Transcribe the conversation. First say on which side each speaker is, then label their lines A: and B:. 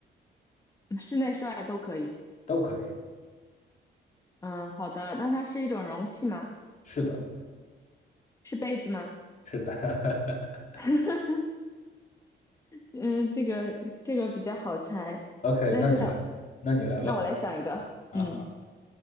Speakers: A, on the left; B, on the left.
A: <laughs> 嗯室内室外都可以。
B: 都可以。
A: 嗯，好的，那它是一种容器吗？
B: 是的，
A: 是杯子吗？
B: 是的。<laughs>
A: <laughs> 嗯，这个这个比较好猜。
B: OK，
A: 那现在。
B: 那你来，那你来吧。
A: 那我来想一个，
B: 啊，
A: 嗯